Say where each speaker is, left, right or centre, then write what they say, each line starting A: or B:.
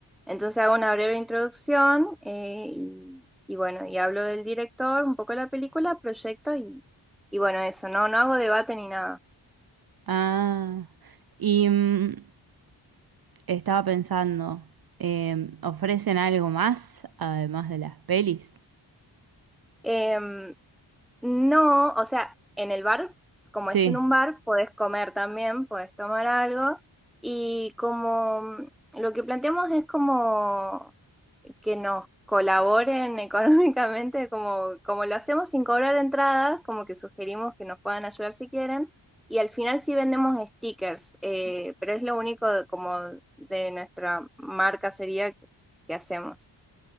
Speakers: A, in the centre; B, on the right.
A: Entonces hago una breve introducción eh, y, y bueno, y hablo del director, un poco de la película, proyecto y, y bueno, eso, no, no hago debate ni nada.
B: Ah, y mm, Estaba pensando, eh, ¿ofrecen algo más además de las pelis?
A: Em, No, o sea, en el bar, como
B: Sí,
A: es en un bar, podés comer también, podés tomar algo. Y como mm, lo que planteamos es como que nos colaboren <laughs> económicamente, como, como lo hacemos sin cobrar entradas, como que sugerimos que nos puedan ayudar si quieren. Y al final sí vendemos stickers, eh, pero es lo único de- como de nuestra marca sería que, que hacemos.